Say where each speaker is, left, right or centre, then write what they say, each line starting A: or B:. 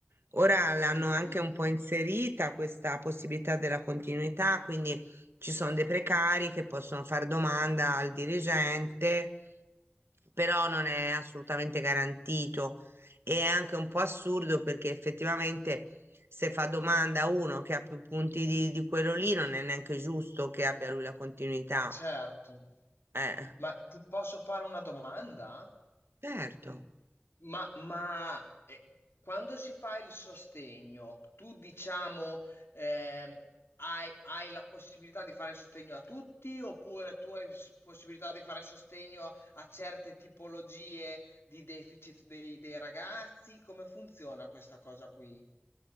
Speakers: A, on the right; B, on the left.
A: ora l'hanno
B: ci credo.
A: anche un po' inserita questa possibilità della continuità, quindi ci sono dei precari che possono fare domanda al dirigente, però non è assolutamente garantito. E è anche un po' assurdo perché effettivamente se fa domanda a uno che ha più punti di, di quello lì, non è neanche giusto che abbia lui la continuità.
B: Ma certo.
A: Eh,
B: Ma ti posso fare una domanda?
A: certo.
B: M- Ma, ma, eh, quando si fa il sostegno, tu diciamo ehm, hai, hai la possibilità di fare sostegno a tutti oppure tu hai s- possibilità di fare sostegno a, a certe tipologie di deficit dei, dei ragazzi? Come funziona questa cosa qui?